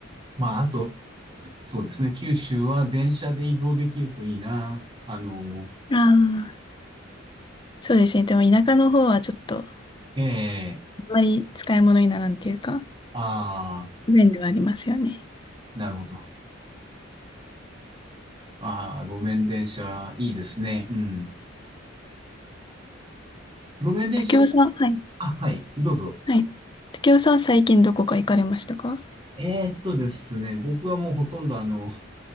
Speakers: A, on the right; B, on the left.
A: まあ、あと、そうですね。九州は電車で移動できるといいな。あの、
B: ああ、そうですね。でも田舎の方はちょっと、あん
A: ええ、
B: まり使い物にならんっていうか、
A: ああ、
B: 不便ではありますよね。
A: なるほど。ああ、路面電車、いいですね。うん。路面電車ね、
B: 竹雄さん、はい、
A: あ、はい、どうぞ。
B: はい。竹雄さん、最近どこか行かれましたか
A: えーっとですね、僕はもうほとんどあの、